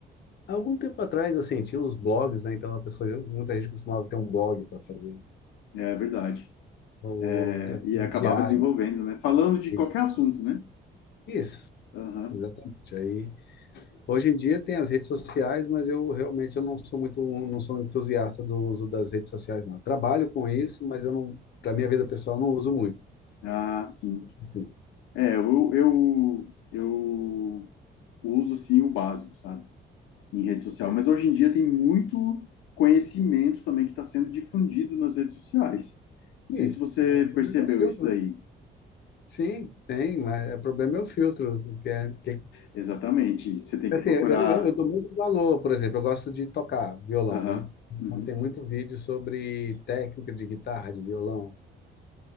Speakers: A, on the left; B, on the left.
A: Há Algum tempo atrás, eu senti os blogs, né? Então a pessoa, já- muita gente costumava ter um blog para fazer isso,
B: É verdade.
A: ou
B: É,
A: di-
B: e acabava
A: diários.
B: desenvolvendo, né? Falando de
A: E-
B: qualquer assunto, né?
A: Isso,
B: Aham.
A: exatamente. Aí, hoje em dia tem as redes sociais, mas eu realmente eu não sou muito, um- não sou um entusiasta do uso das redes sociais, não. Trabalho com isso, mas eu não, para minha vida pessoal, não uso muito.
B: Ah, sim.
A: Assim,
B: É, eu, eu, eu uso, assim, o básico, sabe? em rede social.
A: é.
B: Mas hoje em dia tem muito conhecimento também que está sendo difundido nas redes sociais. Não
A: Sim,
B: sei se você
A: é, o problema
B: percebeu
A: é o filtro,
B: isso daí.
A: né? Sim, tem, mas é, o problema é o filtro, que é, que
B: Exatamente. Você tem
A: Assim,
B: que procurar.
A: eu, eu, eu dou muito valor, por exemplo, eu gosto de tocar violão,
B: Aham.
A: né? Então
B: Uhum.
A: tem muito vídeo sobre técnica de guitarra, de violão.